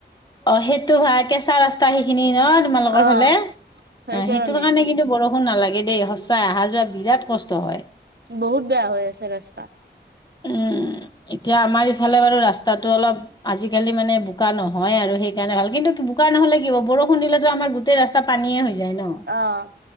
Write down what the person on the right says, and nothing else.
অ'
সেইকাৰণে
বহুত বেয়া হৈ আছে ৰাস্তা
অহ